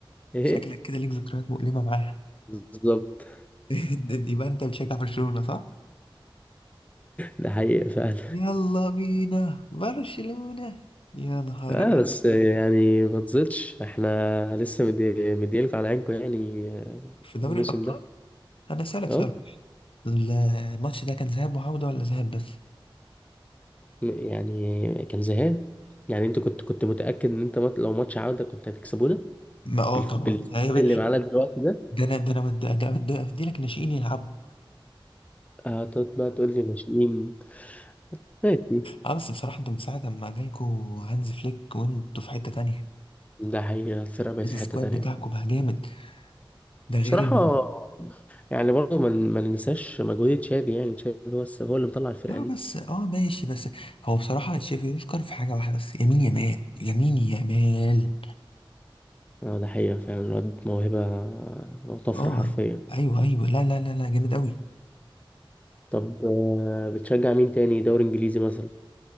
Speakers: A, on the left; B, on the left.
A: ايه
B: شكلك كده ليك ذكريات مؤلمة معاها
A: بالظبط <laughs>
B: <laughs> يبقى انت بتشجع برشلونة صح
A: ده حقيقة فعلا
B: يلا بينا برشلونة يا نهار
A: اه بس يعني ما تزيدش احنا لسه مدي- مديلكوا على عينكم يعني آه،
B: في
A: الموسم
B: دوري الأبطال
A: ده
B: أنا أسألك
A: اه
B: سؤال ال- الماتش ده كان ذهاب وعودة ولا ذهاب بس؟
A: م- يعني كان زهقان يعني انت كنت كنت متأكد ان انت مات- لو ماتش عودة كنت هتكسبونا
B: ما اه
A: بال-
B: طبعا
A: بال-
B: ده يا باشا-
A: اللي معانا دلوقتي ده
B: ده انا ده انا بد- ده ده افدي لك ناشئين يلعبوا
A: هتقعد بقى تقول لي ناشئين ماشي
B: اه بس بصراحة انتوا من ساعة ما جالكوا هانز فليك وانتوا في حتة تانية
A: ده حقيقة الفرقة بقت
B: السكواد
A: في حتة تانية
B: بتاعكم
A: فعلا
B: بقى جامد ده
A: بصراحة
B: غير ان
A: يعني برضه ما ن- ما ننساش مجهود تشافي يعني تشافي هو الس- هو اللي مطلع الفرقة
B: اه
A: دي
B: بس اه ماشي بس هو بصراحة تشافي يشكر في حاجة واحدة بس يمين يمال يمين يمال
A: اه ده حقيقة فعلا الواد موهبة وطفرة
B: اه
A: حرفيا
B: ايوه ايوه لا لا لا لا جامد قوي
A: طب آه، بتشجع مين تاني دوري انجليزي مثلا